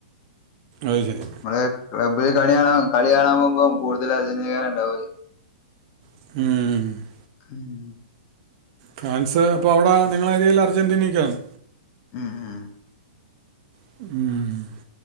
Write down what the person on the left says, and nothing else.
നമ്മള് ക്ലബ്ബില് കളിയാണ കളി കാണാൻ പോകുമ്പം കൂടുതല് അർജന്റീനകാര ഇണ്ടാവല്.
ഉം
ഉം ഉം